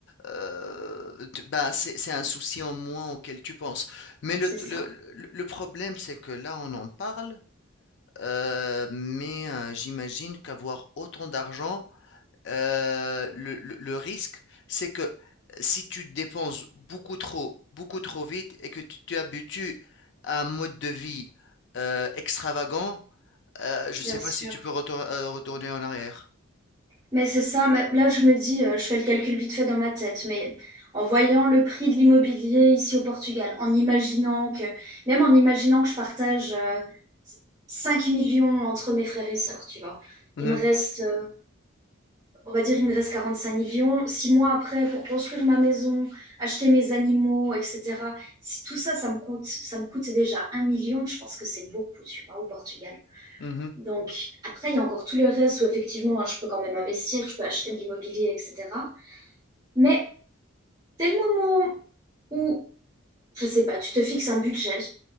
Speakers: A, on the left (about 55°); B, on the right (about 20°).
A: euh, euh, tu- bah, c'est, c'est un souci en moins auquel tu penses. Mais le,
B: c'est ça,
A: le, le le problème, c'est que là, on en parle. euh, mais euh, j'imagine qu'avoir autant d'argent, euh, le, le- le risque, c'est que si tu dépenses beaucoup trop, beaucoup trop vite et que tu t'habitues à un mode de vie euh, extravagant, euh, je
B: bien
A: ne sais
B: sûr.
A: pas si tu peux retour- euh, retourner en arrière.
B: Mais c'est ça, mais là je me dis, euh, je fais le calcul vite fait dans ma tête, mais en voyant le prix de l'immobilier ici au Portugal, en imaginant que, même en imaginant que je partage euh, 5 millions entre mes frères et sœurs, tu vois,
A: Mhm,
B: il me reste, euh, on va dire, il me reste 45 millions. Six mois après, pour construire ma maison, acheter mes animaux, etc. Si tout ça, ça me coûte, ça me coûte déjà un million, je pense que c'est beaucoup, tu vois, au Portugal.
A: mhm.
B: Donc, après, il y a encore tout le reste où effectivement, hein, je peux quand même investir, je peux acheter de l'immobilier, etc. Mais dès le moment où, je sais pas, tu te fixes un budget,